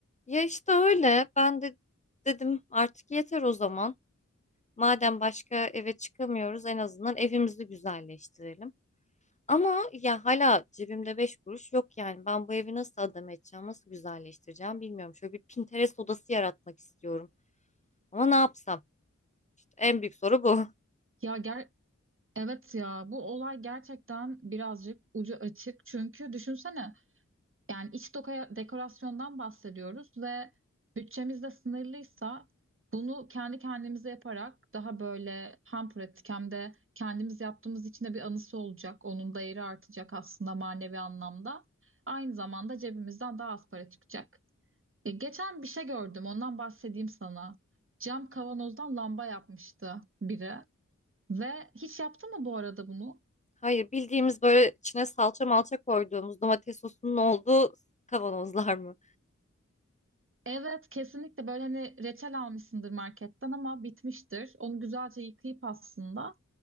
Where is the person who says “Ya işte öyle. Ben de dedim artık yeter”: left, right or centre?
Left